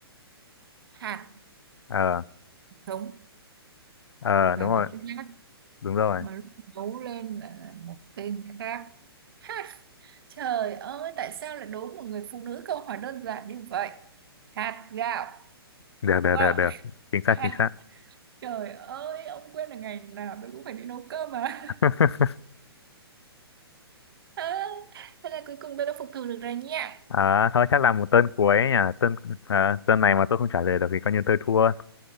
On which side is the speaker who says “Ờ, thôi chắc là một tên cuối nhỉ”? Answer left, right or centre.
Left